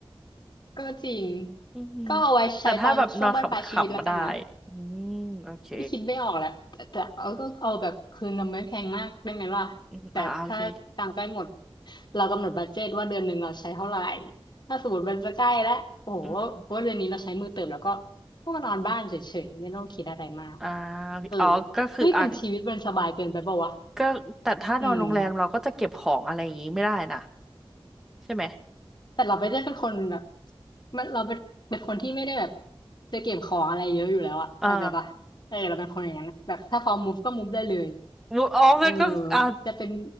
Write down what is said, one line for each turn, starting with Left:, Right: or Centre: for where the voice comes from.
Left: ก็จริง
Centre: อือหือ
Left: ก็เอาไว้ใช้ตอนช่วงบั้นปลายชีวิตแล้วกันนะ
Centre: แต่ถ้าแบบนอนขำๆมาได้อืมโอเค
Left: ไม่คิดไม่ออกแหละแต่แต่เอาก็เอาแบบคืนเราไม่แพงมากได้ไหมล่ะแต่ถ้าตังค์ใกล้หมด
Centre: อืมอ่าโอเค
Left: เรากำหนดบัดเจตว่าเดือนหนึ่งเราใช้เท่าไหร่ถ้าสมมติมันจะใกล้แล้วโอ้โห
Centre: อืม
Left: ว่าเดือนนี้เราใช้มือเติมแล้วก็ก็มานอนบ้านเฉยๆไม่ต้องคิดอะไรมาก
Centre: อ่า
Left: เออ
Centre: อ๋อก็คืออ่ะ
Left: เฮ้ยมันชีวิตมันสบายเกินไปปะวะ
Centre: ก็แต่ถ้านอนโรงแรมเราก็จะเก็บของอะไรอย่างงี้ไม่ได้นะ
Left: อืม
Centre: ใช่ไหม
Left: แต่เราไปเล่นเป็นคนแบบมันเราเป็นเป็นคนที่ไม่ได้แบบจะเก็บของอะไรเยอะอยู่แล้วอะเข้าใจปะเออเราเป็นคนอย่างนั้นอะแบบถ้าพร้อมุูฟก็มูฟได้เลย
Centre: อ่ามุอ๋อก็ก็อ่า
Left: เออจะเป็น